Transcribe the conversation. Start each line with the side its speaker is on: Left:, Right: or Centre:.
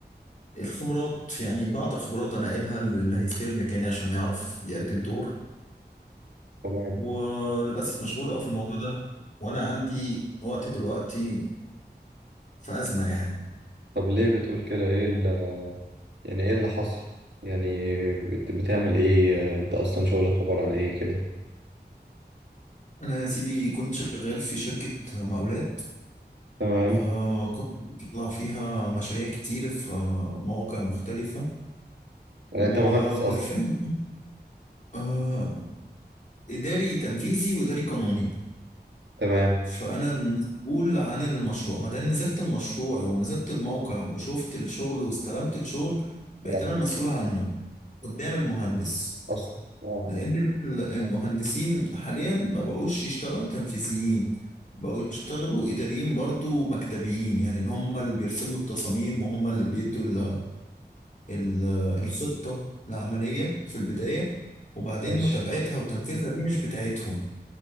Left: الخبرات يعني بعض الخبرات انا قايلها للي هيستلم مكاني عشان يعرف يأدي الدور
Right: تمام
Left: وللاسف مشغول قوي في الموضوع ده وانا عندي وقت دلوقتي في أزمة يعني
Right: طب ليه بتقول كده ايه ال- يعني ايه اللي حصل يعني بت- بتعمل ايه انت اصلا شغلك عبارة عن ايه كده
Left: أنا يا سيدي كنت شغال في شركة مقاولات
Right: تمام
Left: آه كنت بطلع فيها مشاريع كتير في آه مواقع مختلفة
Right: يعني
Left: وبالفعل
Right: انت مهندس اصلا
Left: آه إداري تنفيذي وإداري قانوني
Right: تمام
Left: فأنا المسؤول عن المشروع ما دام نزلت المشروع ونزلت الموقع وشفت الشغل واستلمت الشغل بقيت
Right: اه
Left: أنا المسؤول عنه قدام المهندس
Right: اصلا اه
Left: لأن ال- المهندسين حاليا ما بقوش يشتغلوا تنفيذيين بقوا يشتغلوا إداريين برضو مكتبيين يعني إن هم اللي بيرسموا التصاميم وهم اللي بيدوا ال- ال- الخطة العملية في البداية وبعدين
Right: ماشي
Left: متابعتها وتنفيذها دي مش بتاعتهم